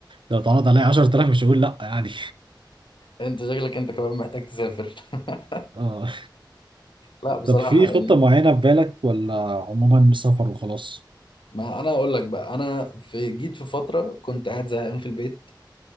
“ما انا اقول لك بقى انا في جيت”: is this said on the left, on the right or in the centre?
Left